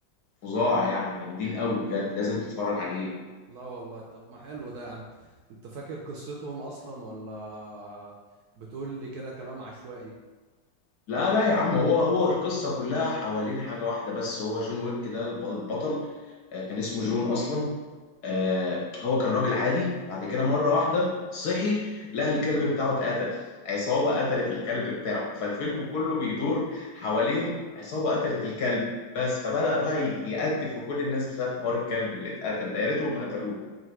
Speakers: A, on the left; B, on the right.
A: فظاع يعني جامدين قوي بجد لازم تتفرج عليه
B: لا والله طب ما حلو ده يا عم انت فاكر قصتهم اصلا ولا بتقول لي كده كلام عشوائي
A: لا لا يا عم هو هو القصة كلها حوالين حاجة واحدة بس هو جون ويك ده الب- البطل آه، كان اسمه جون أصلا آه، هو كان راجل عادي بعد كده مرة واحدة صحي لقى الكلب بتاعه اتقتل عصابة قتلت الكلب بتاعه فالفيلم كله بيدور حوالين عصابة قتلت الكلب بس فبدأ بقى ي- يقتل في كل الناس بسبب حوار الكلب اللي اتقتل ده يا ريتهم ما قتلوه